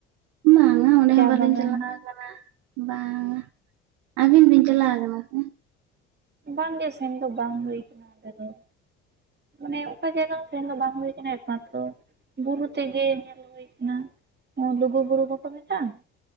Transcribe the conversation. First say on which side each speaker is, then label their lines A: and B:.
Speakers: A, on the right; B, on the right.
A: ᱵᱟᱝᱼᱟ ᱚᱸᱰᱮ
B: ᱪᱟ
A: ᱦᱚᱸ ᱵᱟᱞᱤᱮᱧ
B: ᱵᱟᱜᱟᱱ
A: ᱪᱟᱞᱟᱣ ᱟᱠᱟᱱᱟ ᱾ ᱵᱟᱝᱟ ᱟᱹᱵᱤᱱ ᱵᱤᱱ ᱪᱟᱞᱟᱣ ᱠᱟᱱᱟ ᱥᱮ?
B: ᱵᱟᱝᱜᱮ ᱥᱮᱱ ᱫᱚ ᱵᱟᱝ ᱦᱩᱭ ᱠᱟᱱᱟ ᱚᱸᱰᱮ ᱫᱚ ᱾ ᱢᱟᱱᱮ ᱚᱠᱟ ᱡᱟᱭᱜᱟ ᱦᱚ ᱥᱮᱱ ᱫᱚ ᱵᱟᱝ ᱦᱩᱭᱩ ᱠᱟᱱᱟ ᱮᱠᱢᱟᱛᱚ ᱵᱩᱨᱩ ᱛᱮᱜᱮ ᱧᱮᱞ ᱦᱩᱭ ᱠᱟᱱᱟ ᱞᱩᱜᱩᱵᱩᱨᱩ ᱵᱟᱠᱚ ᱢᱮᱛᱟᱜᱼᱟ ᱾